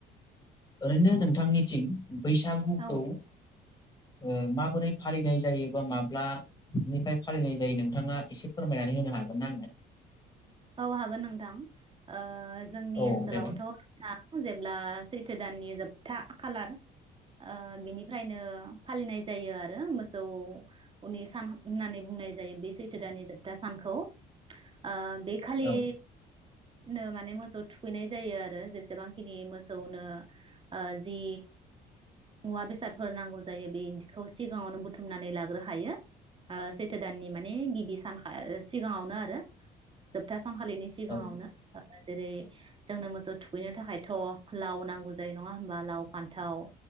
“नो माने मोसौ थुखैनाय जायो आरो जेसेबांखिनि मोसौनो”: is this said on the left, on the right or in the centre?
Right